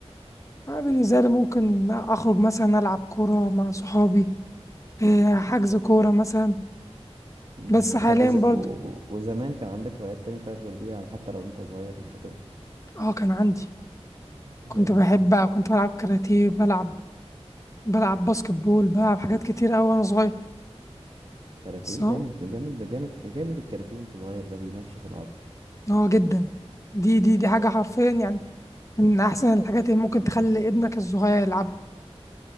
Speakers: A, on the left (about 30°); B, on the right (about 50°).
A: انا بالنسبه لي ممكن اخرج مثلا العب كوره مع صحابي إيه، حجز كوره مثلا
B: مم.
A: بس حاليا
B: طب وز... و...
A: برضه
B: و- وزمان كان عندك هوايات تاني طيب غير دي يعني حتى لو انت صغير وانت طفل
A: اه كان عندي
B: زي
A: كنت
B: ايه
A: بحب كنت بلعب كاراتيه بلعب بلعب باسكت بول بلعب حاجات كتير اوي وانا صغير
B: كاراتيه
A: بس هو-
B: جامد جامد جامد جامد الكاراتيه وانت صغير ده بينشف العضل
A: اه جدا دي دي دي حاجه حرفيا يعني من احسن الحاجات اللي ممكن تخلي ابنك الصغير يلعبها